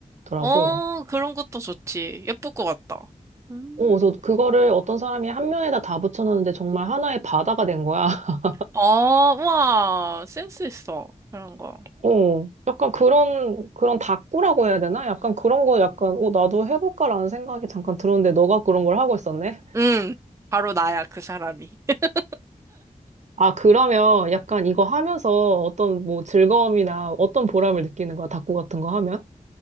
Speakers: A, on the right; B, on the right.
A: 있더라고.
B: 어, 그런 것도 좋지. 예쁠 것 같다. 음.
A: 어, 그래서 그거를 어떤 사람이 한 면에다 다 붙여놨는데 정말 하나의 바다가 된 거야. <laughs>
B: 어, 와, 센스 있어. 그런 거.
A: 어, 약간 그런, 그런 다꾸라고 해야 되나? 약간 그런 거 약간, 어, 나도 해볼까라는 생각이 잠깐 들었는데 너가 그런 걸 하고 있었네.
B: 응, 바로 나야, 그 사람이. <laughs>
A: 아, 그러면 약간 이거 하면서 어떤 뭐 즐거움이나 어떤 보람을 느끼는 거야? 닭고 같은 거 하면?